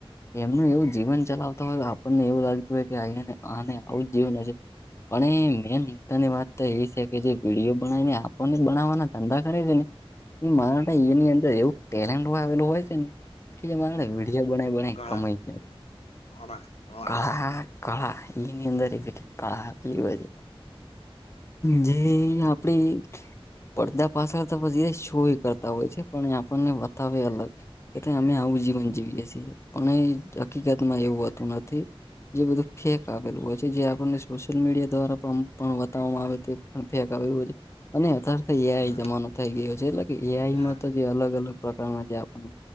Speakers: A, on the left; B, on the left.
A: એમનું એવું જીવન ચલાવતા હોય, આપણને એવું લાગતું હોય કે અહીંયા આને આવું જીવન હશે. પણ એ મેઈન મુદ્દાની વાત તો એ છે કે જે વીડિયો બનાવીને, આપોને બનાવવાના ધંધા કરે છે ને એમાં માનટ
B: હા
A: ની એવી અંદર એવો ટેલેન્ટ આવેલી હોય છે ને એમાં
B: હા હા
A: વીડિયો બનાવીને
B: કળા
A: કમાઈ જાય.
B: કળા કળા
A: આ કળા એની અંદર બે કળા જોવે છે. જે આપડી પડદા પાછળ તો પછી એ શો કરતા હોય છે, પણ એ આપણને બતાવે અલગ. કે અમે આવું જીવન જીવીએ છીએ અને હકીકતમાં એવું હોતું નથી. જે બધું ફેક આવેલું હોય છે, જે આપણને સોશિયલ મીડિયા દ્વારા પણ બતાવવામાં આવે તે પણ ફેક એવું અને અથર થે એ આઈ
B: હા
A: જમાનો થઈ ગયો છે, એટલે કે એ આઈ
B: હા
A: માં તો જે અલગ અલગ પ્રકારના આપણ